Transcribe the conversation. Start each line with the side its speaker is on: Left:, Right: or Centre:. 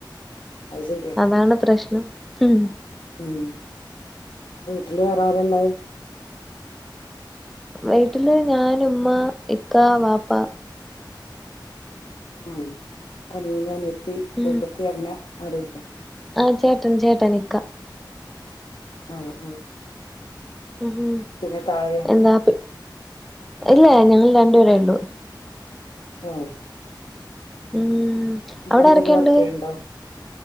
Left: അത് ശരിയാ
Centre: അതാണ് പ്രശ് നം ഹും
Left: ഉം വീട്ടില് വേറാരാ ഇള്ളത്?
Centre: വീട്ടില് ഞാൻ ഉമ്മ ഇക്ക വാപ്പ.
Left: ആഹ് അനിയന് അനിയ ത്തി
Centre: ഉം
Left: എട്ടത്തി അങ്ങനെ ആരൂല്ല്യേ?
Centre: ആഹ് ചേട്ടൻ ചേട്ടൻ ഇക്ക.
Left: ആഹ് ആഹ്
Centre: ഉഹും
Left: പിന്നെ താഴെയാ
Centre: എന്താപ് ഇല്ല ഞങ്ങൾ രണ്ടുപേരേ ഉള്ളൂ.
Left: ഏഹ്
Centre: ഉം
Left: ഉമ്മ
Centre: അവടെ
Left: എന്തേലും
Centre: ആരൊക്കെയുണ്ട്?
Left: വർക്ക് ചെയ്യണ്ടോ